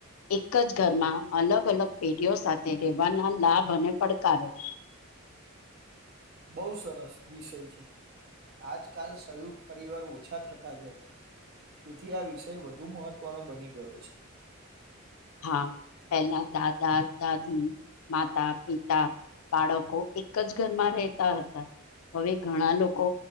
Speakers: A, on the left (about 75°); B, on the right (about 50°).
A: એક જ ઘરમાં અલગ અલગ પેઢીઓ સાથે રહેવાના લાભ અને પડકારો. <inaudible>
B: બહુ સરસ વિષય છે. આજકાલ સંયુક્ત પરિવાર ઓછા થતા જાય છે. તેથી આ વિષય વધુ મહત્વનો બની ગયો છે.
A: હા પેલા દાદા-દાદી, માતા-પિતા બાળકો એક જ ઘરમાં રહેતા હતા. હવે ઘણા લોકો